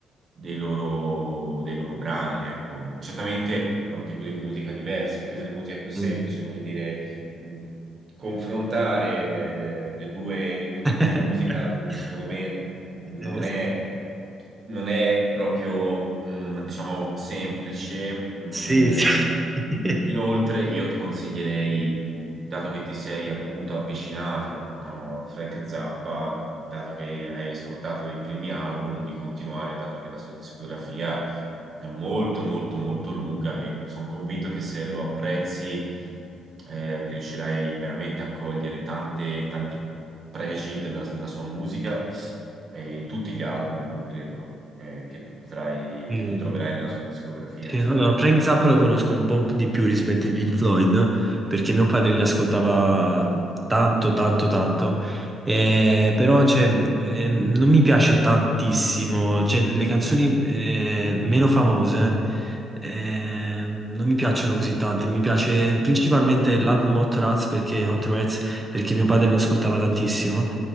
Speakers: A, on the right (about 50°); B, on the right (about 15°).
A: dei loro, dei loro brani, ecco. Certamente è un tipo di musica diverso, un tipo di musica più semplice,
B: Mm.
A: voglio dire, ehm, confrontare eh, le due, i due tipi
B: <laughs>
A: di musica, mm, secondo me, non
B: Eh,
A: è non è proprio, mh, diciamo, semplice. mh,
B: Sì,
A: eh,
B: sì. <laughs>
A: inoltre, io ti consiglierei, dato che ti sei appunto avvicinato a Frank Zappa, dato che hai ascoltato i primi album, di continuare, dato che la sua discografia è molto, molto, molto lunga e sono convinto che se lo apprezzi, eh, riuscirai veramente a cogliere tante, tanti pregi della della sua musica eh, in tutti gli album, credo, eh, che tu potrai,
B: Mm.
A: che tu troverai nella sua discografia,
B: Sì,
A: insomma.
B: allora, Frank Zappa lo conosco un po' di più rispetto ai Pink Floyd, perché mio padre li ascoltava tanto, tanto, tanto, Eh, però cioè, eh, non mi piace tantissimo, Cioè, le canzoni eh, meno famose eh, non mi piacciono così tante, mi piace principalmente l'album Hot Rats perché, Hot Rats, perché mio padre lo ascoltava tantissimo,